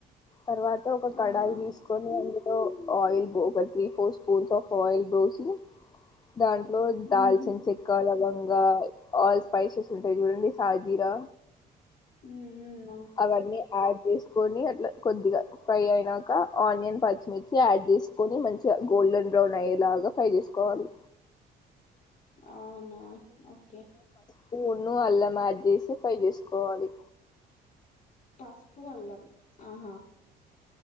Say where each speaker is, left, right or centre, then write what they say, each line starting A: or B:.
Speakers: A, on the left (about 25°); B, on the left (about 50°).
A: తర్వాత ఒక కడాయి
B: ఆహా
A: తీసుకొని అందు లో ఆయిల్ పో ఒక three four spoons of oil పోసి దాంట్లో దాల్చిన
B: ఉమ్
A: చెక్క లవ ఇంకా ఆల్ స్పైసెస్ ఉంటాయి చూడండి సాజీరా
B: ఉ ఉ
A: అవన్ని ఆ చేసుకొని అట్లా కొద్దిగా ఫ్రై అయినాక ఆనియన్ పచ్చిమిర్చి యాడ్ చేసుకొని మంచిగా గోల్డెన్ బ్రౌన్ అయ్యేలాగా ఫ్రై చేసుకోవాలి.
B: అవునా ఓకే
A: పున్ను అల్లం యాడ్ చేసి ఫ్రై చేసుకోవాలి
B: పసుపు అల్లం ఆహా